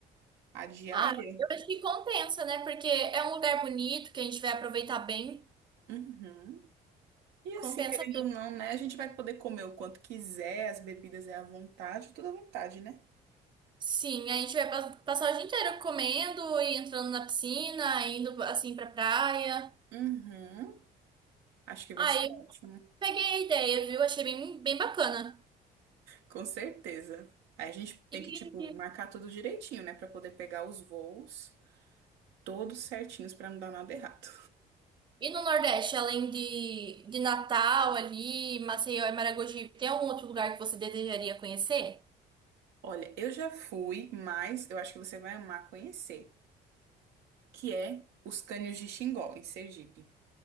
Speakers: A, on the right (about 90°); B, on the right (about 25°).
A: a diária?
B: Ah, eu acho que compensa, né? Porque é um lugar bonito que a gente vai aproveitar bem.
A: Uhum. E
B: Compensa
A: assim, querendo ou não, né? A gente vai poder comer o quanto quiser, as bebidas é à vontade, tudo à vontade, né?
B: Sim, a gente vai pas- passar o dia inteiro comendo e entrando na piscina, indo assim pra praia.
A: Uhum. Acho que vai
B: Aí
A: ser ótimo.
B: peguei a ideia, viu? Achei bem, bem bacana.
A: Com certeza. Aí A gente
B: E,
A: tem que, tipo, marcar tudo direitinho, né? Pra poder pegar os voos todos certinhos pra não dar nada errado.
B: e no Nordeste, além de, de Natal ali, Maceió e Maragogi, tem algum outro lugar que você desejaria conhecer?
A: Olha, eu já fui, mas eu acho que você vai amar conhecer, que é os Cânions de Xingó, em Sergipe. Não